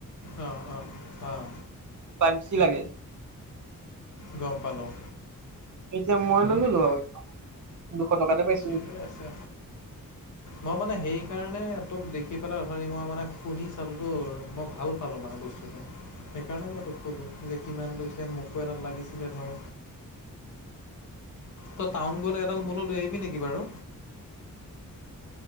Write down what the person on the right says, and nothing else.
টাইপ চি লাগে।
এতিয়া মই লৈললো আউ দুশ টকাতে পাইছ